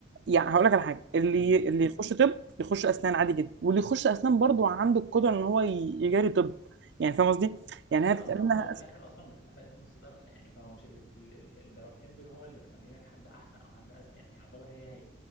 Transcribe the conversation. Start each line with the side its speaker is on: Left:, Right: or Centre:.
Right: يعني هقول لك على حاجه اللي
Left: أمم.
Right: اللي يخش طب يخش اسنان عادي جدا واللي يخش اسنان برضو عنده القدره ان هو ي- يجاري طب يعني فاهم قصدي
Left: هي
Right: يعني هي
Left: اصلا
Right: بتتقال انها
Left: في الاول في الاخر
Right: أس-
Left: اصلا بتبقى فرق نص درجه يعني فهو مش اللي ال- ال- الدرجتين دول هو اللي بيخلينك حد احسن او حد اذكى يعني يعتبر هي هي